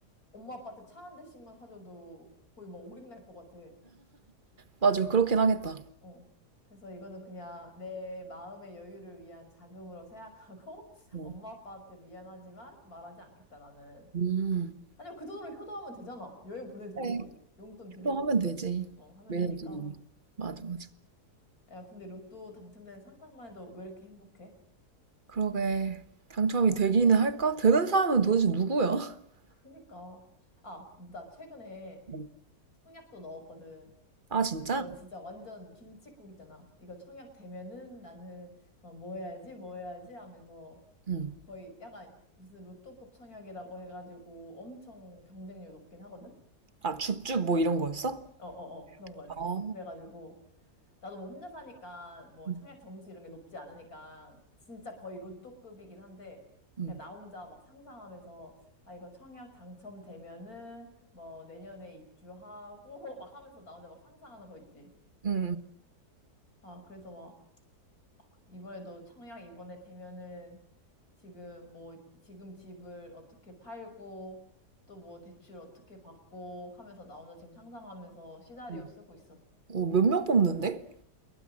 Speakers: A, on the left (about 60°); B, on the right (about 30°).
A: 엄마 아빠한테 차 한 대씩만 사줘도 거의 막 오링날 것 같아.
B: 맞아. 그렇긴 하겠다.
A: 어. 그래서 이거는 그냥 내 마음의 여유를 위한 자금으로 생각하고 <laughs>
B: 어.
A: 엄마 아빠한테 미안하지만 말하지 않겠다 나는.
B: 음.
A: 아니야, 그 돈으로 효도하면 되잖아. 여행 보내드리고,
B: 그래.
A: 용돈 드리고,
B: 기도하면 되지.
A: 어, 하면
B: 매년
A: 되니까.
B: 드리기.
A: 어,
B: 맞아,
A: 어.
B: 맞아.
A: 야, 근데 로또 당첨되는 상상만 해도 왜 이렇게 행복해?
B: 그러게. 당첨이 되기는 할까? 되는 사람은 도대체 누구야? <laughs>
A: 그니까. 아, 나 최근에
B: 음.
A: 청약도 넣었거든.
B: 아, 진짜?
A: 그래서 진짜 완전 김칫국 있잖아. 이거 청약 되면은 나는 막 뭐 해야지, 뭐 해야지 하면서
B: 응.
A: 거의 약간 무슨 로또급 청약이라고 해가지고 엄청 경쟁률 높긴 하거든?
B: 아, 줍줍 뭐 이런 거였어?
A: 어어어 그런 거였어.
B: 아,
A: 그래가지고 나도 뭐 혼자 사니까 뭐
B: 음.
A: 청약 점수 이런 게 높지 않으니까 진짜 거의 로또급이긴 한데
B: 응
A: 그냥 나 혼자 막 상상하면서 아 이거 청약 당첨되면은 뭐 내년에 입주하고 <laughs> 막 하면서 나 혼자 막 상상하는 거 있지.
B: 응
A: 아 그래서 막 이번에도 청약 이번에 되면은 지금 뭐 지금 집을 어떻게 팔고 또 뭐 대출 어떻게 받고 하면서 나 혼자 지금 상상하면서 시나리오
B: 응
A: 쓰고 있어.
B: 어, 몇명 뽑는데?